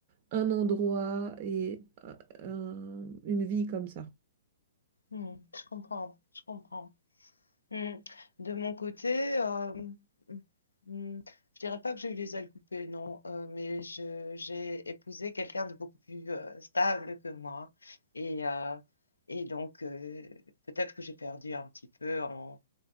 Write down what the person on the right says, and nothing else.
un endroit et un- un- une vie comme ça.